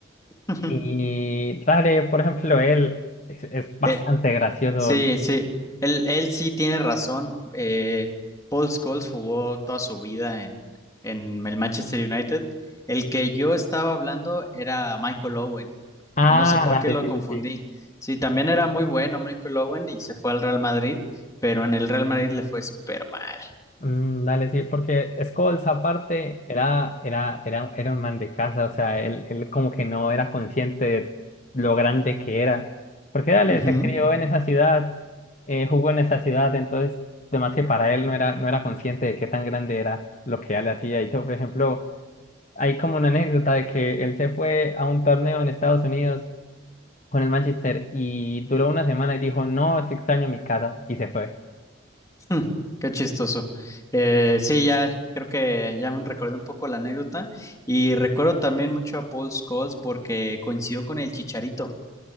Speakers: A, on the left (about 15°); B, on the left (about 40°).
A: <laughs>
B: Y dale, por ejemplo, él es, es bastante
A: Eh,
B: gracioso.
A: Sí, sí, él, él sí tiene razón. Eh, Paul Scholes jugó toda su vida en, en el Manchester United. El que yo estaba hablando era Michael Owen.
B: Ah,
A: No sé por
B: dale,
A: qué lo
B: sí,
A: confundí.
B: sí, sí.
A: Sí, también era muy bueno Michael Owen y se fue al Real Madrid, pero en el Real Madrid le fue súper mal.
B: Mm, dale, sí, porque Scholes aparte era, era, era, era un man de casa, o sea, él, él como que no era consciente de lo grande que era. Porque dale,
A: Ujú.
B: se crió en esa ciudad, eh, jugó en esa ciudad, entonces, además que para él no era, no era consciente de qué tan grande era lo que él hacía. Y todo, por ejemplo, hay como una anécdota de que él se fue a un torneo en Estados Unidos con el Manchester y duró una semana y dijo, no, es que extraño mi casa y se fue.
A: <laughs> Qué chistoso. Eh, sí, ya creo que ya me recordé un poco la anécdota y recuerdo también mucho a Paul Scholes porque coincidió con el Chicharito.